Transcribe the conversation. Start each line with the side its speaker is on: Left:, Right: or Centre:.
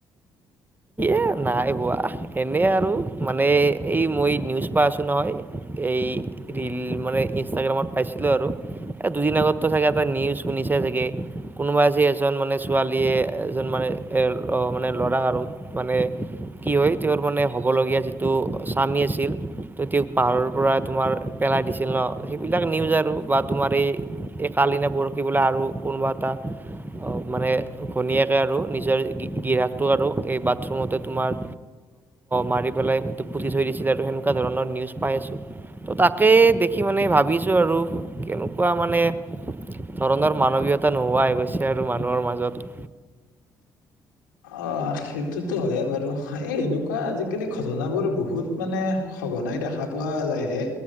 Right: এ নাই বোৱা এনে আৰু মানে এই মই নিউজ প আছো নহয় এই ীল মানে ইনষ্টাগ্ৰামত পাইছিলোঁ আৰু এ দুদিন আগতো চাগে এটা নিউজ শুনিছে চাগে কোনোবা যে এজন মানে ছোৱালীয়ে এজন মানে মানে ল'ৰা আৰু মানে কি হয় তেওঁৰ মানে হ'বলগীয়া যিটো স্বামী আছিল ত তেওঁক পাহাৰৰ পৰা তোমাৰ পেলাই দিছিল ন সেইবিলাক নিউজ আৰু বা তোমাৰ এই এই কালিনে পৰহি বোলে আৰু কোনোবা এটা অ' মানে ঘনীয়েকে আৰু নিজৰ গিৰীয়েকটো আৰু এই বাথৰুমতে তোমাৰ মাৰি পেলাই পুতি থৈ দিছিলে আৰু সেনেকুৱা ধৰণৰ নিউজ পাই আছো। ত' তাকেই দেখি মানে ভাবিছোঁ আৰু কেনেকুৱা মানে ধৰনৰ মানৱীয়তা নোহোৱাই গৈছে আৰু মানুহৰ মাজত।
Left: অ' সেইটোতো হয়েই বাৰু, এই এনেকুৱা আজিকালি ঘটনাবোৰ বহুত মানে সঘনাই দেখা পোৱা যায়হে,